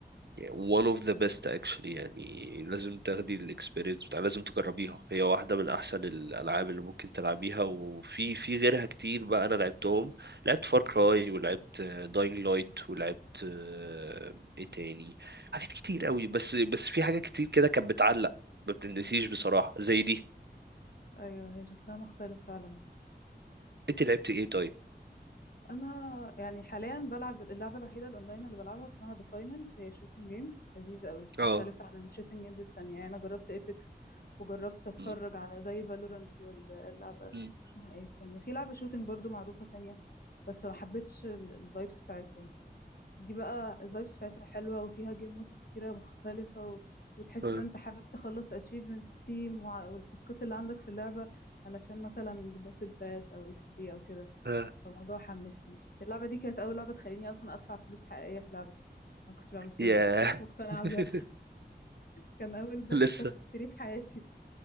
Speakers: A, on the right; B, on the left.
A: يعني one of the best actually يعني لازم تاخدي الاكسبيرينس بتاع لازم تجربيها هي واحدة من أحسن الألعاب اللي ممكن تلعبيها وفي في غيرها كتير بقى أنا لعبتهم لعبت فار كراي ولعبت داينج لايت ولعبت آه، إيه تاني حاجات كتير قوي بس بس في حاجات كتير كده كانت بتعلق ما بتنسيش بصراحة زي دي
B: أيوة هي شكلها مختلف فعلا
A: أنت لعبت إيه طيب؟
B: انا يعني حاليا بلعب اللعبه الوحيده الاونلاين اللي بلعبها اسمها ذا فاينلز هي شوتنج جيم لذيذه قوي مختلفه
A: اه
B: عن الشوتنج جيمز التانية يعني انا جربت ايبكس وجربت اتفرج
A: م-
B: على زي فالورانت واللعبه
A: م-
B: اسمها ايه التانية في لعبه شوتنج برضو معروفه تانية بس ما حبيتش الفايبس بتاعتهم دي بقى الفايبس بتاعتها حلوه وفيها جيم مودز كتيره مختلفه و... وتحس
A: آه،
B: ان انت حابب تخلص اتشيفمنتس تيم والتاسكات اللي عندك في اللعبه علشان مثلا باتل باس او اكس بي او كده
A: آه.
B: فالموضوع حمسني اللعبة دي كانت أول لعبة تخليني أصلا أدفع فلوس حقيقية في لعبة أنا ما كنتش بعمل كده
A: ياه
B: ما كنتش مقتنعة
A: <laughs>
B: بده كان أول باتل
A: لسه
B: باس اشتريه في حياتي